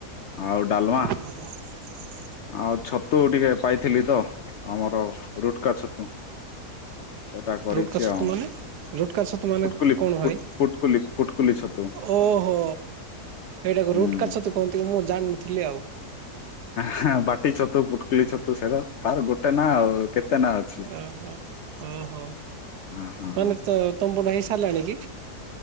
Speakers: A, on the left; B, on the right.
A: ଆଉ ଡାଲମା।
B: ହ <unintelligible>
A: ଆଉ ଛତୁ ଟିକେ ପାଇଥିଲି ତ ଆମର ରୁଟକା ଛତୁ। ସେଟା କରିଛି
B: ରୁଟକା ଛତୁ
A: ଆଉ
B: ମାନେ? ରୁଟକା ଛତୁ ମାନେ
A: ଫୁଟକୁଲି
B: କଣ ଭାଇ?
A: ଫୁଟକୁଲି ଫୁଟକୁଲି ଛତୁ।
B: ଓହୋ ଏଇଟାକୁ
A: ହୁଁ
B: ରୁଟକାଛତୁ କୁହନ୍ତି କି ମୁଁ ଜାଣିନଥିଲି ଆଉ।
A: ହ ବାଟି ଛତୁ ପୁଟକିଲ ଛତୁ ସେଇଟା ତାର ଗୋଟେ ନା ଆଉ କେତେ। ନା ଅଛି
B: ଓହୋ ଓହୋ
A: ହଁ ହଁ
B: ମାନେ ତ ତମ୍ବୁଡା ହେଇ ସାରିଲାଣି କି।